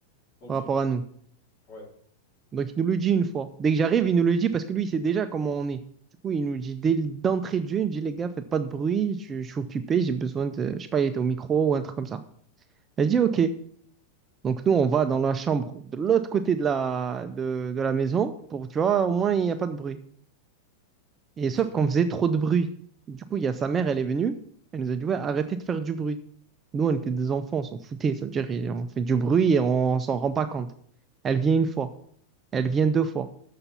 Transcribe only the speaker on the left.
ok,
ouais,
ok.